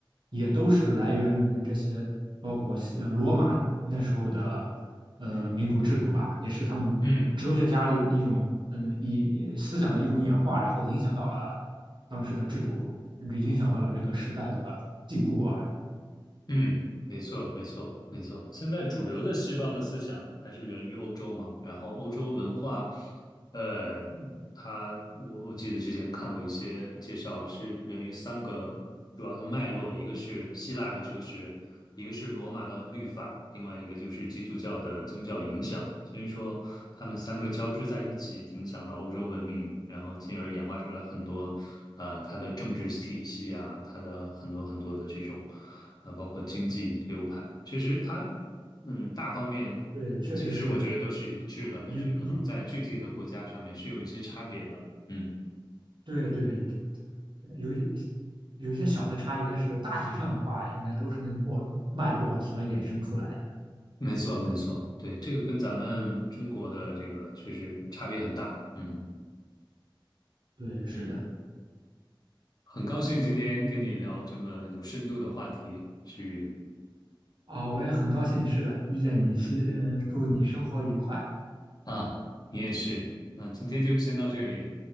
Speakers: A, on the right (about 60°); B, on the left (about 50°).
A: 也都是来源于这些，包括西呃罗马那时候的呃民主制度吧，也是他们哲学家一一种嗯一思想的一种演化，
B: 嗯
A: 然后影响到了当时的制度，影响到了这个时代的进步啊。
B: 嗯，没错没错没错。现在主流的西方的思想还是源于欧洲嘛，然后欧洲文化。呃，它我我记得之前看过一些介绍，是源于三个主要的脉络，一个是希腊的哲学，一个是罗马的律法，另外一个就是基督教的宗教影响。所以说，他们三个交织在一起，影响了欧洲文明，然后进而演化出来很多，呃，它的政治体系啊，它的很多很多的这种，呃，包括经济流派。其实它，嗯，大方面其实我觉得都是一致的，
A: 对，确实是的。
B: 但是可能在具体的国家上面是有一些差别的。
A: 有有
B: 嗯，
A: 对对，
B: 嗯，
A: 有一有一些小的差异，但是大体上的话，应该都是那个脉脉络所衍生出来的。
B: 没错，没错，对，这个跟咱们中国的这个确实差别很大。嗯
A: 对，
B: 嗯，
A: 是的，
B: 很高兴今天跟你聊这么有深度的话题，诗雨。
A: 啊，我也很高兴，是的，遇见你，希，
B: 嗯，
A: 嗯，祝你生活愉快，
B: 啊，你也是。那今天就先到这里，